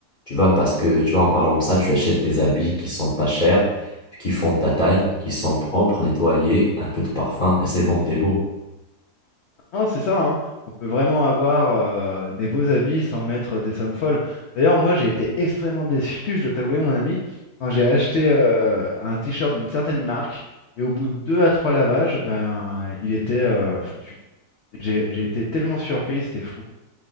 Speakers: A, on the left; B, on the left.
A: Tu vois, parce que tu vois, en parlant de ça, tu achètes des habits qui sont pas chers, qui font ta taille, qui sont propres, nettoyés, un peu de parfum, et c'est bon, t'es beau.
B: Hein, c'est ça, hein. On peut vraiment avoir euh, des beaux habits sans mettre des sommes folles. D'ailleurs, moi, j'ai été extrêmement déçu, je dois t'avouer, mon ami, quand j'ai acheté euh, un t-shirt d'une certaine marque et au bout de deux à trois lavages, ben, il était euh, foutu. J'ai j'ai été tellement surpris, c'était fou.